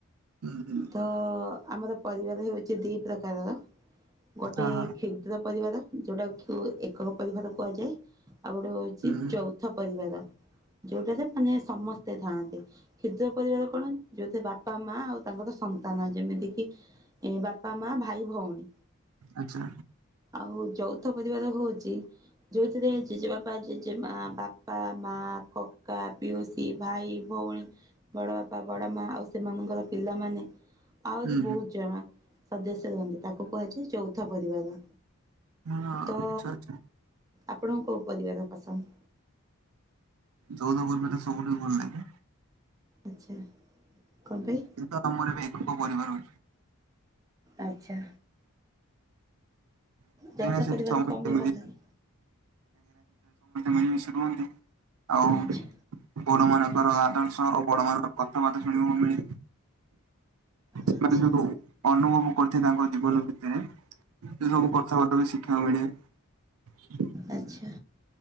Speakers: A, on the right; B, on the right.
A: ହୁଁ ହୁଁ
B: ତ ଆମର ପରିବାର ହଉଛି ଦିଇ ପ୍ରକାରର। ଗୋଟେ
A: ହଁ ହଁ
B: କ୍ଷୁଦ୍ର ପରିବାର ଯୋଉଟାକୁ ଏକକ ପରିବାର କୁହାଯାଏ। ଆଉ ଗୋଟେ ହେଉଛି
A: ହୁଁ
B: ଯୌଥ ପରିବାର। ଯୋଉଟାରେ ମାନେ ସମସ୍ତେ ଥାଆନ୍ତି, କ୍ଷୁଦ୍ର ପରିବାର କଣ ଯୋଉଥୀରେ ବାପା ମା ଆଉ ତାଙ୍କର ସ ନ୍ତାନ ଯେମିତି କିି ବାପା, ମା, ଭାଇ, ଭଉଣୀ।
A: ଆଚ୍ଛା
B: ଆଉ ଯଉ ଥ ପରିବାର ହଉଛି ଯୋଉଥିରେ ଜେଜେବାପା, ଜେଜେମା, ବାପା, ମା, କ କା, ପିଉସୀ, ଭାଇ, ଭଉଣୀ, ବଡ଼ ବାପା, ବଡ଼ ମା ଆଉ ସେମାନଙ୍କର ପିଲାମାନେ ଆହୁରି
A: ହୁଁ
B: ବହୁତ
A: ହୁଁ
B: ଜଣ ସଦସ୍ୟ ରୁହନ୍ତି, ତାକୁ କୁହାଯାଏ ଯୌଥ ପରିବାର।
A: ହଁ
B: ତ
A: ଆଚ୍ଛା ଆଚ୍ଛା
B: ଆପଣଙ୍କୁ କୋଉ ପରିବାର ପସନ୍ଦ?
A: ଯୌଥ ପରିବାର ସବୁଠୁ ଭଲ ଲାଗେ।
B: ଆଚ୍ଛା। କଣ ପାଇଁ?
A: କିନ୍ତୁ ଆମର ଏବେ ଏକକ ପରିବାର ଅଛି।
B: ଆଚ୍ଛା।
A: କାହିଁକି
B: ଯୌଥ
A: ନା ସେଠି
B: ପରିବାର
A: ସମସ୍ତେ
B: କଣ ପାଇଁ ଭଲ ଲାଗେ
A: ମିଳିମିଶି ରୁହନ୍ତି। ଆଉ
B: ଆଚ୍ଛା
A: ବଡ ମାନଙ୍କର ଆଦର୍ଶ ଆଉ ବଡ ମାନଙ୍କର କଥାବାର୍ତ୍ତା। ଶୁଣିବାକୁ ମିଳେ। ସେମାନେ
B: ଆଚ୍ଛା
A: ଯୋଉ ଅନୁଭବ କର। ତାଙ୍କ ଜୀବନ ଭିତରେ ସେ ସବୁ କଥାବାର୍ତ୍ତା ବି ଶିଖିବାକୁ ମିଳେ।
B: ଆଚ୍ଛା